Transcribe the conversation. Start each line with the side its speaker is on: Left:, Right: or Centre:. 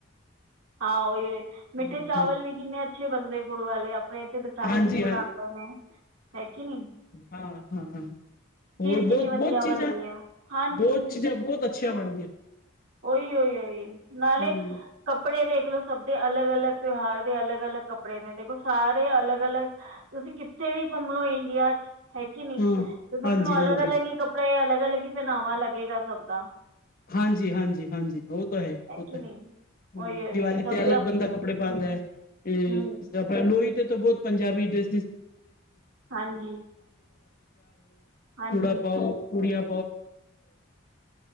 Right: ਹਾਂ ਓਹੀ ਓਏ ਮਿੱਠੇ
Left: ਹਾਂ
Right: ਚਾਵਲ
Left: ਹਾਂ
Right: ਵੀ ਕਿੰਨੇ ਅੱਛੇ ਬਣਦੇ ਗੁੜ ਵਾਲੇ ਆਪਣੇ ਇੱਥੇ ਵਿਸਾਖੀ
Left: ਹਾਂਜੀ
Right: ਜ ਬਣਾ
Left: ਹਾਂ
Right: <unintelligible> ਨੇ ਹੈ ਕੀ ਨੀ
Left: ਹਾਂ-ਹਾਂ-ਹਾਂ ਹੋਰ
Right: ਕਿੰਨੀ
Left: ਬੋਤ
Right: ਵਧੀਆ
Left: ਬੋਤ ਚੀਜ਼ਾਂ
Right: ਬਣਦੀ ਆ ਹਾਂਜੀ
Left: ਬੋਤ ਚੀਜ਼ਾਂ ਬੋਤ ਅੱਛੀ <unintelligible> ਬਣਦੀ ਏ
Right: ਓਈ-ਓਈ-ਓਈ ਨਾਲੇ
Left: ਹਮ
Right: ਕੱਪੜੇ ਦੇਖਲੋ ਸਭ ਦੇ ਅਲੱਗ-ਅਲੱਗ ਤਿਉਹਾਰ ਦੇ ਅਲੱਗ-ਅਲੱਗ ਕੱਪੜੇ ਨੇ ਦੇਖੋ ਸਾਰੇ ਅਲੱਗ-ਅਲੱਗ ਤੁਸੀਂ ਕਿੱਥੇ ਵੀ ਘੁੰਮਲੋ ਇੰਡੀਆ ਚ ਹੈ ਕੀ ਨੀ
Left: ਹਾਂ
Right: ਤੇ ਤੁਸੀ
Left: ਹਾਂਜੀ
Right: ਨੂੰ ਅਲੱਗ-ਅਲੱਗ
Left: ਹਾਂਜੀ
Right: ਈ ਕੱਪੜੇ ਅਲੱਗ-ਅਲੱਗ ਹੀ ਪਹਿਨਾਵਾ ਲੱਗੇਗਾ ਸਭ ਦਾ।
Left: ਹਾਂਜੀ-ਹਾਂਜੀ-ਹਾਂਜੀ ਓ ਤਾਂ ਹੈ ਓ ਤਾਂ
Right: ਕਿ ਨਹੀਂ
Left: ਹੈ। ਹੂੰ
Right: ਉਹੀ ਉਹੀ
Left: ਦੀਵਾਲੀ
Right: ਸਭ
Left: ਤੇ ਅਲੱਗ
Right: ਦੇ ਆਪਣੇ
Left: ਬੰਦਾ ਕੱਪੜੇ ਪਾਂਦੈ <unintelligible>
Right: ਹਮ
Left: ਲੋਈ ਤੇ ਤਾਂ ਬੋਤ ਪੰਜਾਬੀ ਡਰੈਸਸ
Right: ਹਾਂਜੀ ਹਾਂਜੀ
Left: ਚੂੜਾ ਪਾਓ ਚੂੜੀਆਂ